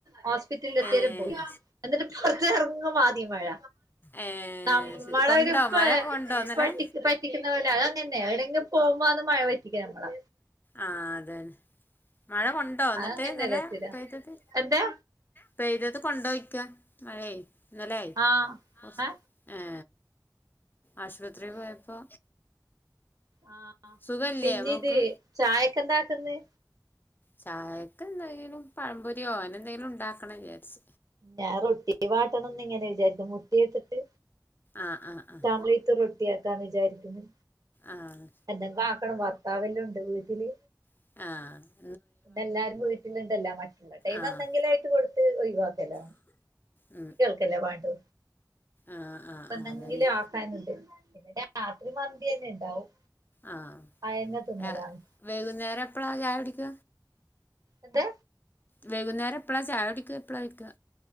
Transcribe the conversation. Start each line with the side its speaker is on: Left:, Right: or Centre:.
Right: ഹോസ്പിറ്റല് എത്തേരം
Left: ഏഹ്
Right: പോയി എന്നിട്ട് ഇപ്പർത്ത് എർങ്ങും ആദ്യമഴ
Left: ഏഹ്
Right: തം-
Left: ശരി
Right: മഴ
Left: കൊണ്ടോ
Right: ഒരു പ
Left: മഴ കൊണ്ടോ ഇന്നലെ
Right: പടി പറ്റിക്കുന്നപോല അത് അങ്ങന്യ ഏടെങ്കിലും പോക്ബാണ് മഴ പറ്റിക്കമ്മളെ
Left: ആ അതെ മഴ കൊണ്ടോ
Right: അതങ്ങനെയല്ല
Left: ന്നിട്ട് ന്നലെ
Right: സ്ഥിരം
Left: പെയ്തത്
Right: എന്താ
Left: പെയ്തത് കൊണ്ടോയ്ക്ക മഴേ ന്നലെ
Right: ആ
Left: പോ
Right: ആ
Left: ഏ ആശുപത്രി പോയപ്പോ
Right: ആ
Left: സുഖല്ലേ
Right: പിന്നിത്
Left: മോക്ക്
Right: ചായക്കെന്താക്ക്ന്ന്
Left: ചായക്ക് എന്തെങ്കിലും പഴംപൊരിയോ അനെന്തെലും ണ്ടാക്കണം വിചാരിച്ച്
Right: ഞാൻ റൊട്ടി വാട്ടണംന്നിങ്ങനെ വിചാര്ക മുട്ടിഇട്ടട്ട്
Left: ആഹ് ആഹ് ആഹ്
Right: അമ്പളേറ്റ് റൊട്ടിയാക്കാന്ന് വിചാരിക്ക്ന്ന്
Left: ആഹ്
Right: എന്തെങ്കു ആക്കണം ഭർത്താവെല്ലുണ്ട് വീട്ടില്.
Left: ആഹാ
Right: എല്ലാരും വീട്ടിലുണ്ടല്ല മറ്റ്ല്ലടൈമ്
Left: ആഹ്
Right: എന്തെങ്കിലും ആയിട്ട് കൊടുത്ത് ഒഴിവാക്കല്ലോ.
Left: ഉം
Right: കലവാണ്ടു
Left: ആഹ് ആഹ്
Right: പന്തെങ്കില്
Left: ആഹ് അതന്നെ
Right: അ ടൈമ്ണ്ട് പിന്നെ രാത്രി മന്തി തന്നെ ഉണ്ടാവും.
Left: ആ
Right: അയന്നെ തിന്നലാണ്
Left: വൈകുന്നേരം എപ്പഴാ ചായ കുടിക്ക
Right: എന്ത്
Left: വൈകുന്നേരം എപ്പളാ ചായ കുടിക്കാപ്പളാ ചോയ്ക്ക?